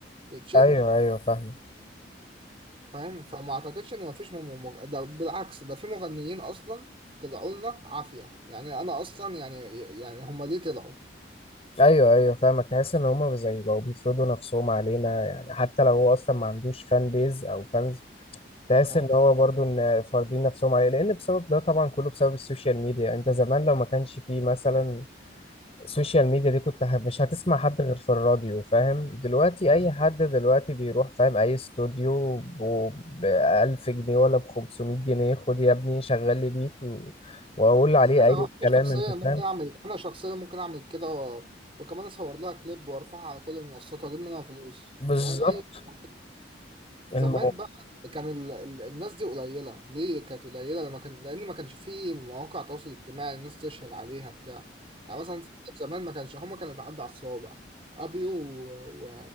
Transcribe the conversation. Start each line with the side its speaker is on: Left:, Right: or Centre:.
Right: بيتشهر
Left: ايوه ايوه فاهم
Right: فاهم فما اعتقدش ان مفيش مم... مم... ده بالعكس ده في مغنيين اصلا طلعوا لنا عافيه يعني انا اصلا يعني يعني هم ليه طلعوا
Left: ايوه ايوه فاهمك تحس ان هما زي بقوا بيفرضوا نفسهم علينا يعني حتى لو هو اصلا ما عندوش فان بيز او فانز تحس
Right: آه.
Left: ان هو برضو ان فارضين نفسهم عليه لان بسبب ده طبعا كله بسبب السوشيال ميديا انت زمان لو ما كانش فيه مثلا السوشيال ميديا دي كنت ه- مش هتسمع حد غير في الراديو فاهم دلوقتي
Right: بالظبط
Left: اي حد دلوقتي بيروح فاهم اي استوديو ب 1000 جنيه ولا ب 500 جنيه خد يا ابني شغل لي بيت و... واقول عليه
Right: انا
Left: اي
Right: انا
Left: كلام
Right: شخصيا
Left: انت
Right: ممكن
Left: فاهم
Right: اعمل انا شخصيا ممكن اعمل كده و... وكمان اصور لها كليب وارفعها على كل المنصات واجيب منها فلوس
Left: بالظبط
Right: فاهم اي حاجة كده. زمان
Left: الموضوع
Right: بقى كان ال... ال- الناس دي قليله ليه كانت قليله لما كان لان ما كانش في مواقع تواصل اجتماعي الناس تشهر عليها بتاع يعني مثلا في- زمان ما كانش هما كانوا بيعدوا على الصوابع ابيو و... و...